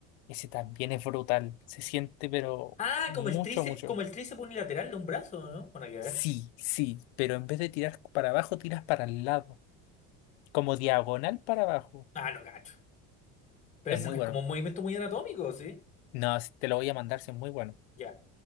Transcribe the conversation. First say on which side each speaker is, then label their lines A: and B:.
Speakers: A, on the left; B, on the left.
A: Ese también es brutal, se siente pero
B: Ah,
A: mucho,
B: como el tríceps,
A: mucho.
B: como el tríceps unilateral de un brazo, ¿no? Bueno, hay que ver.
A: Sí, sí, pero en vez de tirar para abajo, tiras para el lado, como diagonal para abajo.
B: Ah, no gacho. Pero
A: Es
B: ese
A: muy
B: no es
A: bueno.
B: como un movimiento muy anatómico, ¿sí?
A: No, si te lo voy a mandar, sí es muy bueno.
B: Ya.